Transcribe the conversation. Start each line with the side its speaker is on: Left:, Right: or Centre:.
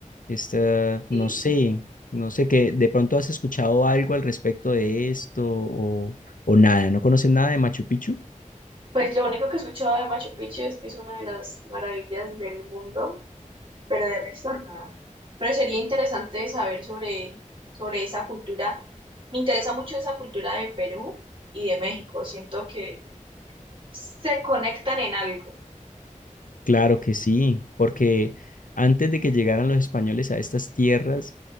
Left: Esta,
Right: Sí.
Left: no sé, no sé que de pronto has escuchado algo al respecto de esto o, o nada, ¿no conoces nada de Machu Picchu?
Right: Pues lo único que he escuchado de Machu Picchu es que es una de las maravillas del mundo, pero de resto nada. Pero sería interesante saber sobre, sobre esa cultura. Me interesa mucho esa cultura de Perú y de México. Siento que se conectan en algo.
Left: Claro que sí, porque antes de que llegaran los españoles a estas tierras,